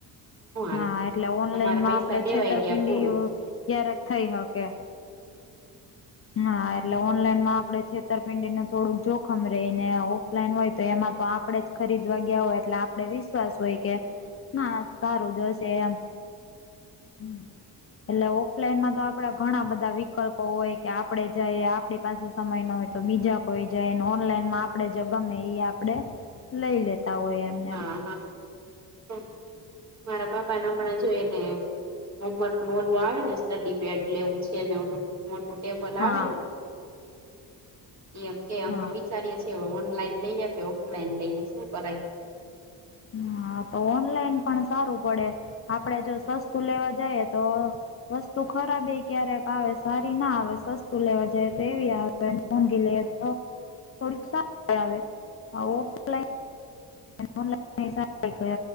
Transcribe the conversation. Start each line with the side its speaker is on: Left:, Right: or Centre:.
Right: નો હાલે
Left: હા, એટલે ઓનલાઈનમાં
Right: તમારા પૈસા
Left: આપણે
Right: દેવાઈ
Left: છેતરપિંડી
Right: ગયા પૂરું
Left: ક્યારેક થઈ હકે હા, એટલે ઓનલાઈનમાં આપણે છેતરપિંડી નું થોડું જો જોખમ રહે ને ઓ ઓફલાઇન હોય, તો એમાં તો આપણેે જ ખરીદવા ગયા હોય. આપડે વિશ્વાસ હોય કે ના આ સારું જશે એમ હમ્મ, એટલે ઓફલાઈનમાં તો આપણા ઘણા બધા વિકલ્પો હોય કે આપણે જઈએ, આપણી પાસે સમય ન હોય તો બીજા કોઈ જાય. અને ઓનલાઈનમાં આપણે જે ગમે એ આપ આપડે લઈ લેતા હોય. એમને
Right: હા
Left: એમ
Right: હા, મારા બાપ <unintelligible> જોઈને હોમવર્ક ન ઓલું આવે ને સ્ટડી પેડ લેવું છે ને. <unintelligible> મોટું ટેબલ
Left: હા
Right: આવે ને એમ કે અમે
Left: હા
Right: વિચારીએ ઓનલાઈન લઈએ, કે ઓફલાઈન લઈએ શું કરાય
Left: હા, તો ઓનલાઈન પણ સારું પડે. આપણે જો સસ્તું લેવા જાયે તો વસ્તુ ખરાબ એ ક્યારેક આવે સારી ના આવે સસ્તું લેવા જાય. તો એવી આવે તો ઓનલાઈન <unintelligible> <unintelligible> <unintelligible> થોડુક સારુ આવે આ ઓફલાઈન <unintelligible> <unintelligible>